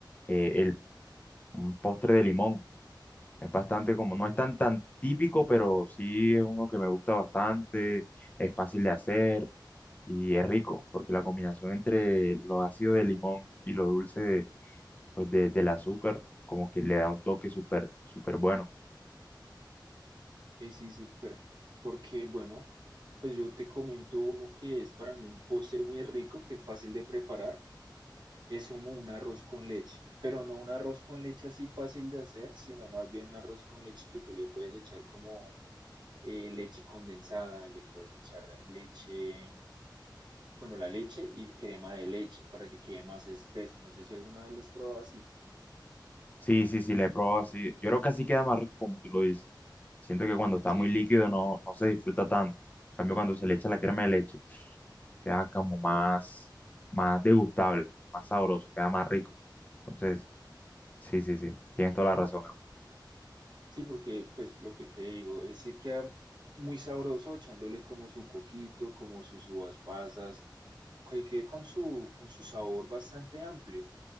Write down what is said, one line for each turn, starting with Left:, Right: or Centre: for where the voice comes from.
Left: eh, el, un postre de limón. Es bastante como,
Right: Ok,
Left: no es tan tan típico, pero sí es uno que me gusta bastante, es fácil de hacer y es rico, porque la combinación entre lo ácido de limón y lo dulce de- pues de- del azúcar, como que le da un toque súper, súper bueno.
Right: eh, sí, súper. Porque, bueno, pues yo te comento uno que es para mí un postre muy rico, que es fácil de preparar. Es como un arroz con leche, pero no un arroz con leche así fácil de hacer, sino más bien un arroz con leche que tú le puedes echar como eh, leche condensada, le puedes echar leche, bueno, la leche y crema de leche para que quede más espeso. No sé si alguna vez los has probado así.
Left: Sí, sí, sí, la he probado así. Yo creo que así queda más rico como tú lo dices. Siento que cuando está
Right: Sí,
Left: muy líquido no, no se disfruta tanto. En cambio, cuando se le echa la crema de leche, queda como más, más degustable, más sabroso, queda más rico. Entonces, sí, sí, sí, tienes toda la razón, hermano.
Right: sí, porque pues lo que te digo, ese queda muy sabroso echándole como su coquito, como sus uvas pasas, que quede con su, con su sabor bastante amplio.